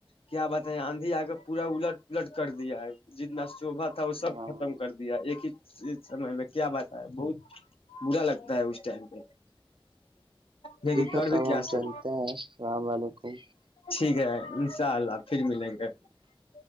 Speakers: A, on the left (about 80°); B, on the right (about 60°).
A: کیا بات ہے آندھی آ کر پورا الٹ پلٹ کر دیا ہے <inaudible> جتنا <inaudible> شبا تھا وہ سب
B: ہاں
A: ختم کر دیا ایک ہی <unintelligible> اس سمے میں کیا بات ہے بہت برا لگتا ہے اس ٹائم پہ <unintelligible> لیکن
B: ٹھیک ہے
A: کر
B: تب
A: بھی کیاصل
B: ہم چلتے ہیں السلام علیکم
A: ٹھیک ہے ان شاء اللہ پھر ملیں گے <unintelligible>